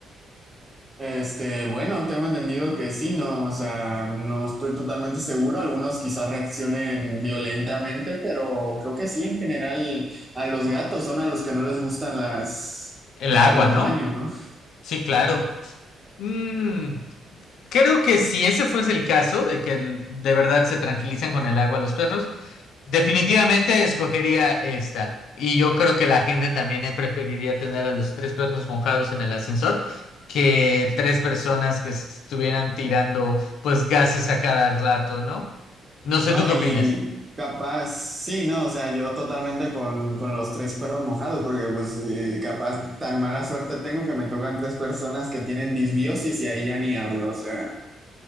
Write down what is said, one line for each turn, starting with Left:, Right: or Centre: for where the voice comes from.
Right: Este, bueno, tengo entendido que sí, ¿no? O sea, no estoy totalmente seguro, algunos quizás reaccionen violentamente, pero creo que sí, en general, a los gatos son a los que no les gustan las,
Left: El
Right: la-
Left: agua,
Right: los
Left: ¿no?
Right: baños,
Left: Sí, claro.
Right: ¿no?
Left: Mm. creo que si ese fuese el caso, de que el- de verdad se tranquilizan con el agua los perros, definitivamente escogería esta. Y yo creo que la gente también eh, preferiría tener a los tres perros mojados en el ascensor que tres personas que estuvieran tirando pues gases a cada rato, ¿no? No sé,
Right: No,
Left: ¿tú qué
Right: y
Left: opinas?
Right: capaz, sí, no, o sea, yo totalmente con, con los tres perros mojados, porque pues eh, capaz tan mala suerte tengo que me tocan tres personas que tienen disbiosis y ahí ya ni hablo, o sea,